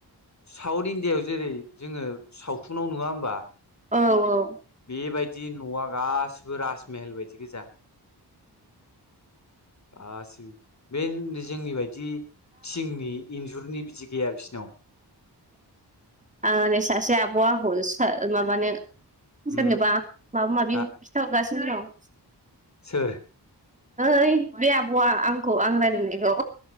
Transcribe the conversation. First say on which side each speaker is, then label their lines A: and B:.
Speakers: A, on the left (about 40°); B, on the right (about 20°).
A: साउथ इण्डियायाव जेरै जोङो सावथुनाव नुवा होमबा
B: औ औ
A: बेबायदि न'आ गासिबो राजमेहल बायदि गोजा आसि बे जोंनि बायदि थिंनि इन्जुरनि बिदि गैया बिसिनाव
B: आ सासे आब'आ हरोसो माबानो
A: उम
B: सोरनोबा माबा माबि
A: हा
B: खिनथा हरगासिनो दं
A: सोर
B: ओइ बे आब'आ आंखौ आं रायलायनायखौ